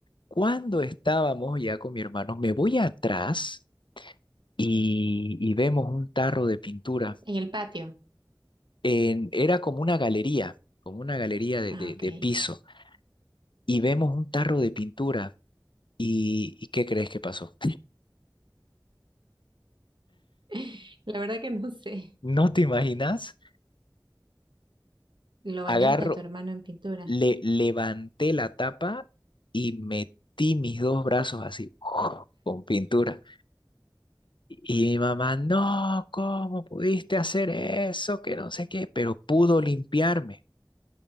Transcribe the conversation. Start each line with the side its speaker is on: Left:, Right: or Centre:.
Left: Cuando estábamos ya con mi hermano, me voy atrás y, y vemos un tarro de pintura.
Right: En el patio.
Left: En- era como una galería, como una galería de,
Right: Ah,
Left: de-
Right: ok.
Left: de piso. Y vemos un tarro de pintura. ¿Y, y qué crees que pasó?
Right: <laughs> La verdad que no sé.
Left: <laughs> ¿No te imaginas?
Right: ¿Lo bañaste
Left: Agarro,
Right: a tu hermano en pintura?
Left: le levanté la tapa y metí mis dos brazos así, <laughs> con pintura. Y mi mamá, no, ¿cómo pudiste hacer eso? Que no sé qué, pero pudo limpiarme.